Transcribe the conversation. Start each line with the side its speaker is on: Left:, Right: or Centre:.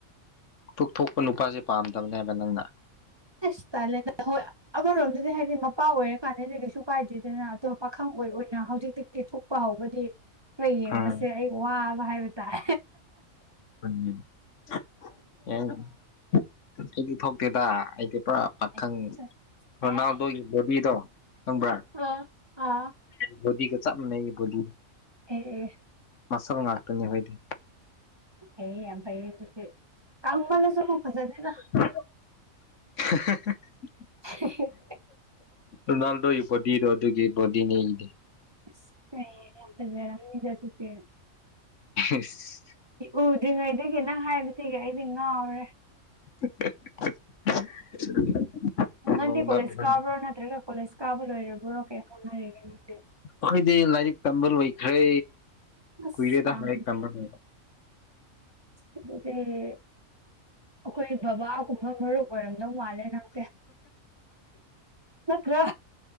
Left: ꯄꯨꯛꯊꯣꯛꯄ ꯅꯨꯄꯥꯁꯦ ꯄꯥꯝꯗꯕꯅꯦꯕ ꯅꯪꯅ
Right: ꯑꯁ ꯇꯟꯂꯦꯗ ꯍꯣꯏ ꯑꯃꯔꯣꯝꯗꯗꯤ ꯍꯥꯏꯗꯤ ꯃꯄꯥ ꯑꯣꯏꯔꯀꯥꯟꯗꯗꯤ ꯀꯩꯁꯨ ꯀꯥꯏꯗꯦꯗꯅ ꯑꯇꯣꯞꯄ ꯄꯥꯈꯪ ꯑꯣꯏ ꯑꯣꯏꯅ ꯍꯧꯖꯤꯛꯇꯩ ꯄꯦꯊꯣꯛꯄ ꯍꯧꯕꯗꯤ ꯈꯔ ꯌꯦꯡꯕꯁꯦ
Left: ꯎꯝ
Right: ꯑꯩ ꯋꯥꯕ ꯍꯥꯏꯕ ꯇꯥꯏ
Left: ꯎꯝ ꯑꯦ ꯑꯩꯗꯤ ꯊꯣꯛꯇꯦꯗ ꯑꯩꯗꯤ ꯄꯨꯔꯥ ꯄꯥꯈꯪ
Right: ꯑꯁ ꯍꯥꯏ
Left: ꯔꯣꯅꯥꯜꯗꯣꯒꯤ ꯕꯣꯗꯤꯗꯣ ꯈꯪꯕ꯭ꯔꯥ
Right: ꯑꯥ ꯑꯥ
Left: ꯕꯣꯗꯤꯒ ꯆꯞ ꯃꯥꯟꯅꯩ ꯕꯣꯗꯤ
Right: ꯑꯦ
Left: ꯃꯁꯜ ꯅꯥꯛꯇꯅꯤ ꯑꯩꯈꯣꯏꯗꯤ
Right: ꯌꯥꯏꯌꯦ ꯌꯥꯝ ꯐꯩꯌꯦ ꯑꯗꯨꯗꯤ ꯀꯪꯃꯜꯂꯁꯨ ꯐꯖꯗꯦꯗ
Left: <unintelligible> <unintelligible>
Right: <unintelligible>
Left: ꯔꯣꯅꯥꯜꯗꯣ ꯕꯣꯗꯤꯗꯣ ꯑꯗꯨꯒꯤ ꯕꯣꯗꯤ ꯅꯤ ꯑꯩꯗꯤ
Right: <unintelligible>
Left: ꯏꯁ
Right: ꯎꯗ꯭ꯔꯤꯉꯩꯗꯒꯤ ꯅꯪ ꯍꯥꯏꯕꯁꯤꯒ ꯑꯩꯗꯤ ꯉꯥꯎꯔꯦ
Left: <unintelligible>
Right: ꯅꯪꯗꯤ ꯀꯣꯂꯦꯖ ꯀꯥꯕ꯭ꯔꯣ ꯅꯠꯇ꯭ꯔꯒ ꯀꯣꯂꯦꯖ ꯀꯥꯕ ꯂꯣꯏꯔꯕ꯭ꯔꯣ ꯀꯩ ꯍꯣꯠꯅꯔꯤꯒꯦ ꯅꯪꯗꯤ
Left: ꯑꯩꯈꯣꯏꯗꯤ ꯂꯥꯏꯔꯤꯛ ꯇꯝꯕ ꯂꯣꯏꯈ꯭ꯔꯦ
Right: ꯑꯁ
Left: ꯀꯨꯏꯔꯦꯗ
Right: ꯌꯥꯝ
Left: ꯂꯥꯏꯔꯤꯛ ꯇꯝꯕ ꯂꯣꯏꯕ
Right: ꯑꯗꯨꯗꯤ ꯑꯩꯈꯣꯏ ꯕꯕꯥꯒꯨꯝꯕ ꯃꯔꯨꯞ ꯑꯣꯏꯔꯝꯗꯧ ꯃꯥꯜꯂꯦ ꯅꯪ ꯅꯠꯇ꯭ꯔ